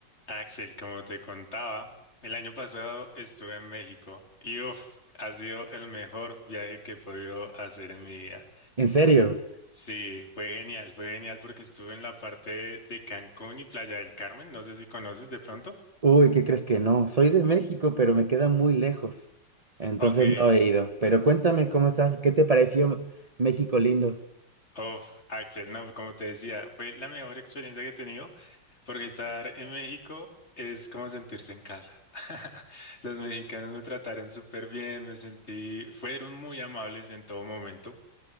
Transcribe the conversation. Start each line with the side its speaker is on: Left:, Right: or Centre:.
Left: Axel, como te contaba, el año pasado estuve en México y uf, ha sido el mejor viaje que he podido hacer en mi vida.
Right: ¿En serio?
Left: Sí, fue genial, fue genial porque estuve en la parte de Cancún y Playa del Carmen, no sé si conoces de pronto.
Right: Uy, ¿qué crees que no? Soy de México, pero me queda muy lejos. Entonces
Left: Ok,
Right: no he ido. Pero cuéntame cómo estás, ¿qué te pareció México lindo?
Left: uf, Axel, no, como te decía, fue la mejor experiencia que he tenido porque estar en México es como sentirse en casa. <laughs> Los mexicanos me trataron súper bien, me sentí, fueron muy amables en todo momento.